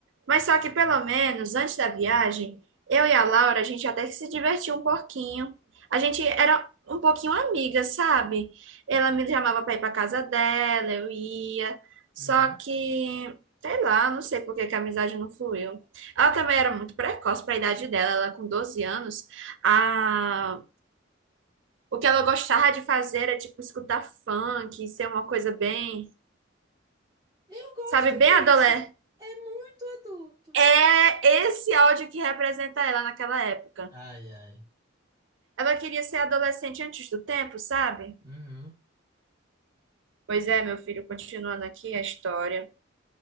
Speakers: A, on the right (about 70°); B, on the right (about 20°).
A: Mas só que pelo menos antes da viagem, eu e a Laura, a gente até que se divertia um pouquinho. A gente era um pouquinho amiga, sabe? Ela me chamava pra ir pra casa dela, eu ia. Só
B: Uhum.
A: que, sei lá, não sei por que que a amizade não fluiu. Ela também era muito precoce pra idade dela, ela com 12 anos. A O que ela gostava de fazer era, tipo, escutar funk, ser uma coisa bem,
B: Eu
A: sabe, bem adolé.
B: gosto. É mútuo.
A: É esse áudio que representa ela naquela época.
B: Ai, ai.
A: Ela queria ser adolescente antes do tempo, sabe?
B: Uhum.
A: Pois é, meu filho, continuando aqui a história.